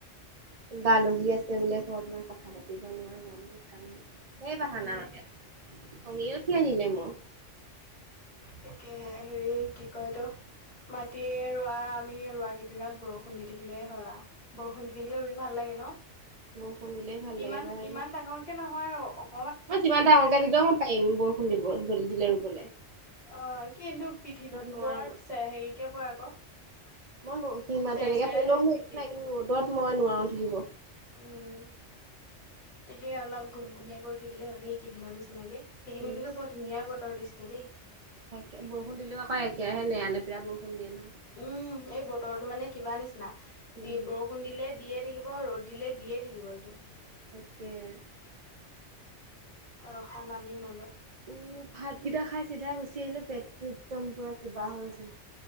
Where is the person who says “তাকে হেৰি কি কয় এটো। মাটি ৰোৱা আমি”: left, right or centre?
Left